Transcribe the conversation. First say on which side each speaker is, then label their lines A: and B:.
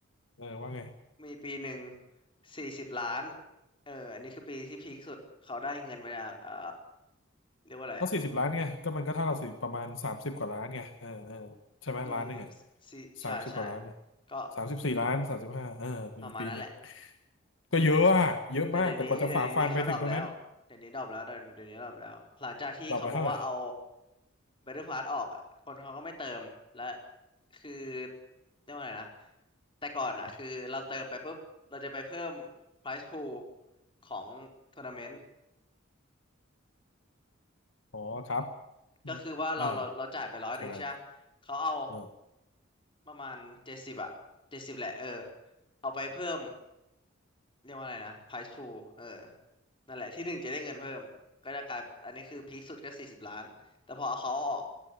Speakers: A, on the left; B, on the left.
A: เออว่าไง
B: มีปีหนึ่งสี่สิบล้านเอออันนี้คือปีที่พีคสุดเขาได้เงินมาจากเอ่อเรียกว่าอะไรอ่ะ
A: ก็สี่สิบล้านไงก็มันก็เท่าเราสิประมาณสามสิบกว่าล้านไงเออเออใช่ไหมล้านหนึ่งอ่ะ
B: อืมสี่ใช่ใช่
A: สามสิบกว่าล้านเนี่ย
B: ก็
A: สามสิบสี่ล้านสามสิบห้าเออมีปีหนึ่ง
B: ประมาณนั้นแหละ
A: ก็เยอะอะเยอะมากแต่กว่าจะฝ่าฟันไปถึงตรงนั้น
B: แต่เดี๋ยวนี้เดี๋ยวนี้เขาดรอปแล้วเดี๋ยวนี้ดรอปแล้วเดี๋ยวเดี๋ยวนี้ดรอปแล้วหลังจากที่เขาบอกว่าเอา
A: ดรอปไปเท่าไหร่
B: Battle Pass ออกอ่ะคนเขาก็ไม่เติมและคือเรียกว่าอะไรนะแต่ก่อนอ่ะคือเราเติมไปปุ๊บเราจะไปเพิ่ม
A: <laughs>
B: prize pool ของทัวร์นาเมนต์
A: อ๋อครับอมอ่า
B: ก็คือว่าเราเราเราจ่ายไปร้อยหนึ่งใช่ปะเขาเอา
A: คืออะไรเออ
B: ประมาณเจ็ดสิบอะเจ็ดสิบแหละเออเอาไปเพิ่มเรียกว่าอะไรนะ price pool เออนั่นแหละที่หนึ่งจะได้เงินเพิ่มก็จะกลายอันนี้คือพีคสุดก็สี่สิบล้านแต่พอเอาเขาออก